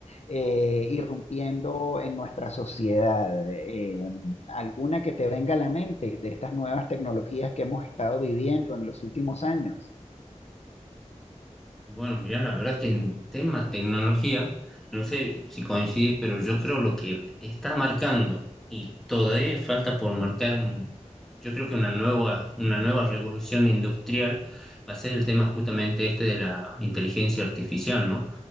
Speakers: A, on the left (about 60°); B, in the centre.
A: eh, irrumpiendo en nuestra sociedad. Eh, ¿alguna que te venga a la mente de estas nuevas tecnologías que hemos estado viviendo en los últimos años?
B: Bueno, mira, la verdad que en tema tecnología, no sé si coincidís, pero yo creo lo que está marcando y todavía falta por marcar un, yo creo que una nueva, una nueva revolución industrial va a ser el tema justamente este de la inteligencia artificial, ¿no?